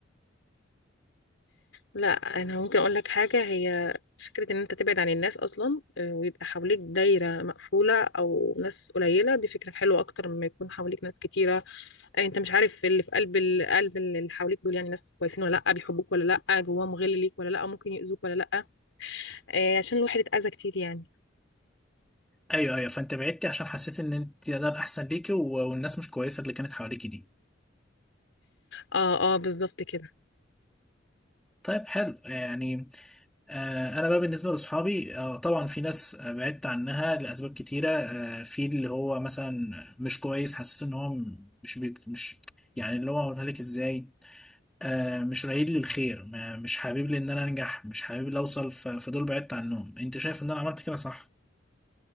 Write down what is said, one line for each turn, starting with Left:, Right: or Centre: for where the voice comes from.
Left: لا انا ممكن اقول لك حاجه هي فكره ان انت تبعد عن الناس اصلا آه، ويبقى حواليك دايره مقفوله او ناس قليله دي فكره حلوه اكتر مما يكون حواليك ناس كتيره انت مش عارف اللي في قلب ال- قلب اللي حواليك دول يعني ناس كويسين ولا لا بيحبوك ولا لا جواهم غل ليك ولا لا ممكن يؤذوك ولا لا آه عشان الواحد اتأذى كتير يعني
Centre: ايوه ايوه فانت بعدتي عشان حسيت ان انت ده الاحسن ليكي و- والناس مش كويسة اللي كانت حواليكي دي
Left: اه اه بالظبط كده
Centre: طيب حلو يعني آه، انا بقى بالنسبه لاصحابي آه، طبعا في ناس آه، بعدت عنها لاسباب كتيره آه، في اللي هو مثلا مش كويس حسيت ان هو م- مش بيك مش يعني اللي هو اقولها لك ازاي آه، مش رايد لي الخير ما- مش حابب لي ان انا انجح مش حابب لي اوصل ف- فدول بعدت عنهم انت شايف ان انا عملت كده صح